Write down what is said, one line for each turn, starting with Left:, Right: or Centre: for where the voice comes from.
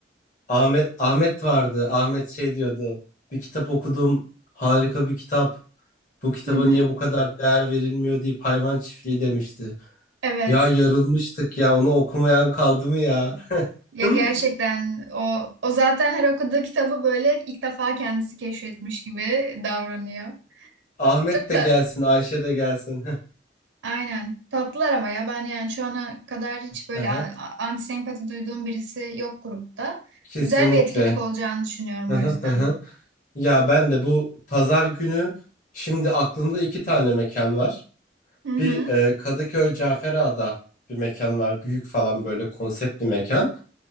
Left: Ahmet Ahmet vardı. Ahmet şey diyordu. Bir kitap okudum. Harika bir kitap. Bu kitaba
Right: Hı hı.
Left: niye bu kadar değer verilmiyor deyip hayvan çiftliği demişti.
Right: Evet.
Left: Ya yarılmıştık ya onu okumayan kaldı mı ya?
Right: Ya
Left: <laughs>
Right: gerçekten o o zaten her okuduğu kitabı böyle ilk defa kendisi keşfetmiş gibi davranıyor.
Left: Ahmet
Right: Çok
Left: de
Right: da
Left: gelsin, Ayşe de gelsin. <laughs>
Right: Aynen. Tatlılar ama ya ben yani şu ana kadar hiç böyle
Left: Hı hı.
Right: a- a- antisempati duyduğum birisi yok grupta.
Left: Kesinlikle.
Right: Güzel bir etkinlik olacağını
Left: <laughs>
Right: düşünüyorum
Left: Hı
Right: o
Left: hı
Right: yüzden.
Left: hı hı. Ya ben de bu pazar günü şimdi aklımda iki tane mekan var.
Right: Hı hı.
Left: Bir e, Kadıköy Caferağa'da bir mekan var. Büyük falan böyle konsept bir mekan.